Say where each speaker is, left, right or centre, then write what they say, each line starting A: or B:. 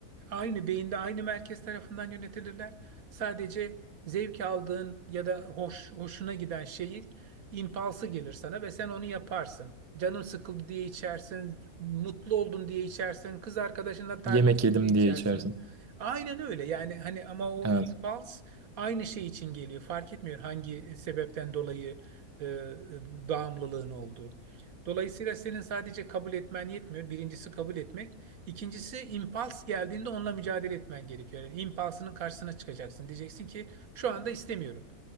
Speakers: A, on the right (about 70°); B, on the right (about 20°).
A: Aynı beyinde, aynı merkez tarafından yönetilirler. Sadece zevk aldığın ya da hoş, hoşuna giden şeyi, impulsu gelir sana ve sen onu yaparsın. Canın sıkıldı diye içersin, mutlu oldun diye içersin, kız arkadaşınla tartıştın
B: Yemek yedim
A: diye içersin.
B: diye içersin.
A: Aynen öyle yani hani ama o
B: Evet.
A: impuls aynı şey için geliyor. Fark etmiyor hangi sebepten dolayı e, e, bağımlılığın olduğu. Dolayısıyla senin sadece kabul etmen yetmiyor. Birincisi kabul etmek. İkincisi impuls geldiğinde onunla mücadele etmen gerekiyor. Yani impulsının karşısına çıkacaksın. Diyeceksin ki şu anda istemiyorum.